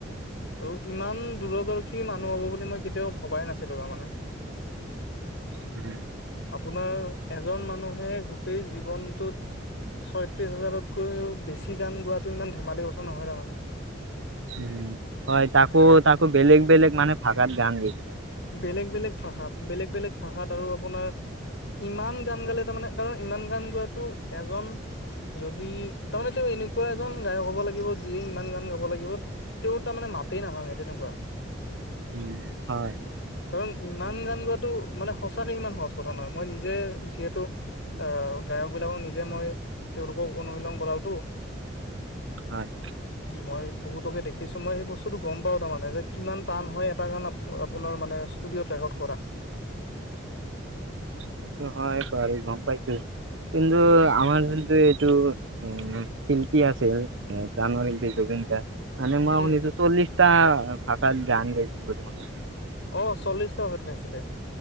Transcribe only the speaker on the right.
উম।
উম, হয়, তাকো, তাকো বেলেগ- বেলেগ মানে ভাষাত গান গাইছে।
উম, হয়।
হয়।
সেইটো হয় বাৰু গম পাইছো। কিন্তু আমাৰ জোনটো এইটো এ শিল্পী আছিল, <unintelligible> মানে মই
শুনিছো চল্লিশটা ভাষাত গান গাইছিল বুলি শুনিছো।